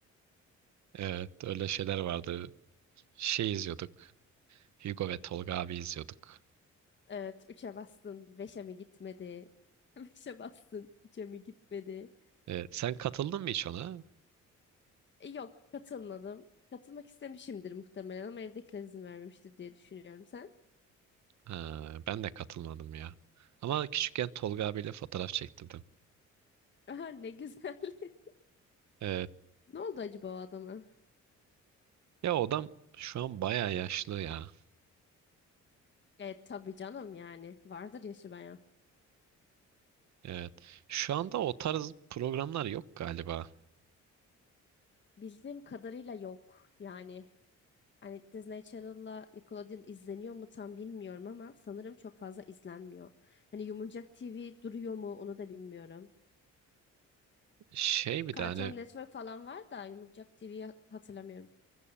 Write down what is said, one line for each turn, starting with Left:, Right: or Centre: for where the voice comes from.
Right: Evet öyle şeyler vardı. Şey izliyorduk. Hugo ve Tolga abi izliyorduk.
Left: Evet 3'e bastın beşe mi gitmedi? <laughs> Beşe bastın üç'e mi gitmedi?
Right: E, sen katıldın mı hiç ona?
Left: E, Yok katılmadım. Katılmak istemişimdir muhtemelen ama evdekiler izin vermemiştir diye düşünüyorum sen.
Right: Ha, ben de katılmadım ya. Ama küçükken Tolga abiyle fotoğraf çektirdim.
Left: <laughs> Aha ne güzel. <laughs>
Right: Evet.
Left: Ne oldu acaba o adama?
Right: Ya o adam şu an bayağı yaşlı ya.
Left: E tabii canım yani vardır yaşı bayağı.
Right: Evet. Şu anda o tarz programlar yok galiba.
Left: Bildiğim kadarıyla yok yani. Hani Disney Channel'la Nickelodeon izleniyor mu tam bilmiyorum ama sanırım çok fazla izlenmiyor. Hani Yumurcak TV duruyor mu onu da bilmiyorum.
Right: Şey bir
Left: Cartoon
Right: de hani
Left: Network falan var da Yumurcak TV'yi hatırlamıyorum.